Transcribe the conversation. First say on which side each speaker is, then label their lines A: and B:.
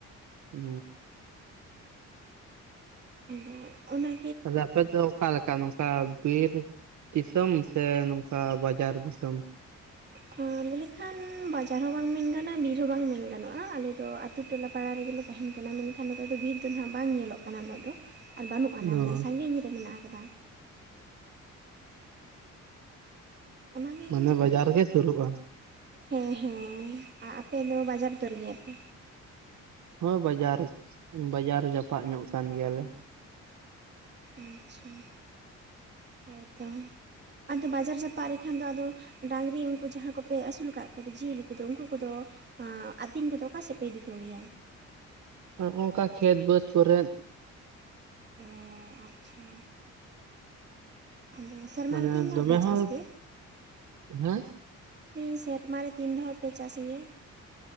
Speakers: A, on the right (about 70°); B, on the right (about 35°).
A: ᱚᱻ ᱾
B: ᱟᱫᱚ ᱚᱱᱮ
A: <inaudible> ᱟᱯᱮ ᱫᱚ ᱚᱠᱟ ᱞᱮᱠᱟ ᱱᱚᱝᱠᱟ ᱵᱤᱨ ᱫᱤᱥᱚᱢ ᱥᱮ ᱱᱚᱝᱠᱟ ᱵᱟᱡᱟᱨ ᱫᱤᱥᱚᱢ?
B: ᱦᱩᱸ ᱞᱮᱠᱷᱟᱱ ᱵᱟᱡᱟᱨ ᱦᱚᱸ ᱵᱟᱝ ᱢᱮᱱ ᱜᱟᱱᱚᱜᱼᱟ ᱵᱤᱨ ᱦᱚᱸ ᱵᱟᱝ ᱢᱮᱱ ᱜᱟᱱᱚᱜᱼᱟ ᱟᱞᱮᱫᱚ ᱟᱛᱳ ᱴᱚᱞᱟ ᱯᱟᱲᱟ ᱨᱮᱜᱮᱞᱮ ᱛᱟᱦᱮᱱ ᱠᱟᱱᱟ ᱢᱮᱱᱠᱷᱟᱱ ᱱᱚᱛᱮ ᱫᱚ ᱵᱤᱨ ᱫᱚ ᱱᱟᱦᱟᱜ ᱵᱟᱝ ᱧᱮᱞᱚᱜ ᱠᱟᱱᱟ ᱩᱱᱟᱹᱜ ᱫᱚ ᱾ ᱟᱨ ᱢᱟᱱᱮ ᱵᱟᱹᱱᱩᱜ ᱟᱱᱟ ᱢᱟᱱᱮ
A: ᱚ
B: ᱥᱟᱺᱜᱤᱧ ᱨᱮ ᱢᱮᱱᱟᱜ ᱟᱠᱟᱫᱟ ᱾ ᱚᱱᱟᱜᱮ
A: ᱢᱟᱱᱮ ᱵᱟᱡᱟᱨ
B: ᱤᱱᱠᱟᱹ
A: ᱜᱮ ᱥᱩᱨᱩᱜᱼᱟ
B: ᱦᱮᱸ ᱦᱮᱸ ᱟᱯᱮ ᱫᱚ ᱵᱟᱡᱟᱨ ᱩᱛᱟᱹᱨ ᱜᱮᱭᱟ ᱯᱮ?
A: ᱦᱳ ᱵᱟᱡᱟᱨ ᱵᱟᱡᱟᱨ ᱡᱟᱯᱟᱜ ᱧᱚᱜ ᱠᱟᱱ ᱜᱮᱭᱟᱞᱮ ᱾
B: ᱟᱪᱪᱷᱟ ᱾ ᱦᱚᱭᱛᱚ ᱟᱫᱚ ᱵᱟᱡᱟᱨ ᱡᱟᱯᱟᱜ ᱨᱮᱠᱷᱟᱱ ᱫᱚ ᱟᱫᱚ ᱰᱟᱝᱨᱤ ᱩᱱᱠᱩ ᱡᱟᱦᱟᱸ ᱠᱚᱯᱮ ᱟᱹᱥᱩᱞ ᱟᱠᱟᱫ ᱠᱚ ᱡᱤᱭᱟᱹᱞᱤ ᱠᱚᱫᱚ ᱩᱱᱠᱩ ᱠᱚᱫᱚ ᱟᱸ ᱟᱛᱤᱧ ᱠᱚᱫᱚ ᱚᱠᱟ ᱥᱮᱫ ᱯᱮ ᱤᱫᱤ ᱠᱚᱜᱮᱭᱟ?
A: ᱦᱚᱜᱼᱚᱝᱠᱟ ᱠᱷᱮᱛ ᱵᱟᱹᱫᱽ ᱠᱚᱨᱮ ᱾
B: ᱚᱻ ᱟᱪᱪᱷᱟ᱾ ᱟᱫᱚ ᱥᱮᱨᱢᱟᱨᱮ
A: ᱢᱟᱱᱮ
B: ᱛᱤᱱ ᱫᱷᱟᱣ
A: ᱫᱚᱢᱮ
B: ᱯᱮ ᱪᱟᱥ
A: ᱦᱚᱸ
B: ᱜᱮᱭᱟ?
A: ᱦᱮᱸ
B: ᱤᱧ ᱥᱮᱨᱢᱟ ᱨᱮ ᱛᱤᱱ ᱫᱷᱟᱣ ᱯᱮ ᱪᱟᱥ ᱜᱮᱭᱟ?